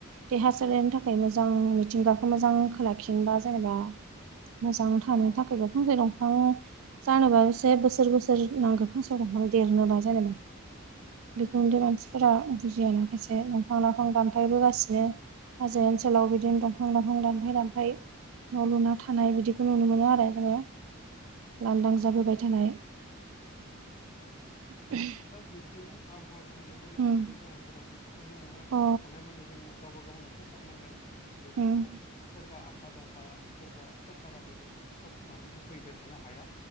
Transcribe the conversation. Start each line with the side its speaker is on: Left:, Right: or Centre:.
Right: देहा सोलेरनो थाखाय मोजां मिथिंगाखौ
Left: औ
Right: मोजां खाला खिनोबा जेनेबा मोजां थानो
Left: औ
Right: थाखायबो फांसे दंफां जानोबा से बोसोर बोसोर नांगौ फांसे दंफां देरनोबा जेनेबा बेखौदे मानसिफोरा बुजियानो खायसे फां लाइफां दानफायबोगासिनो हाजो ओनसोलाव बिदिन दंफां लाइफां दानफाय दानफाय न' लुना थानाय बिदिखौ नुनो मोनो आरो जोङो।
Left: औ
Right: लांदां जाबोबाय थानाय <unintelligible>
Left: बा बिब्दिनो आबहावा गुबुंले जानायनि
Right: उम
Left: गुबै जाहोनफोरा बेफोरखौ जोङो
Right: अ
Left: हानायमानि जोङो गावबा गावनो फोसाबनांगोन बेफोरखौ
Right: उम
Left: सोरबा आ फा दाबा सोरबा सोरखारा बेफोरखौ फोसाबनानै होफैबाय थानो हाया